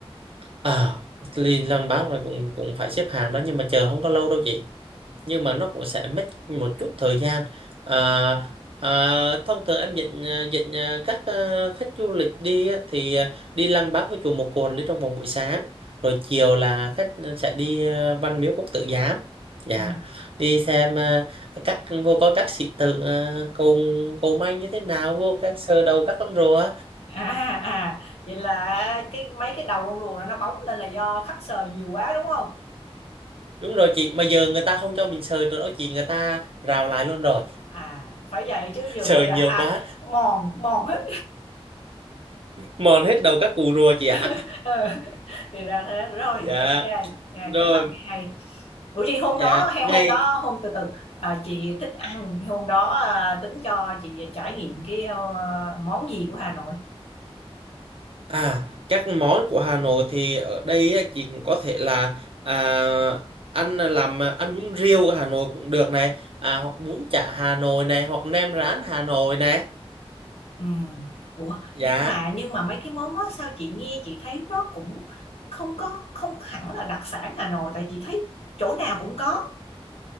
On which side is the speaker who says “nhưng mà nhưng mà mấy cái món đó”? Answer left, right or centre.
Left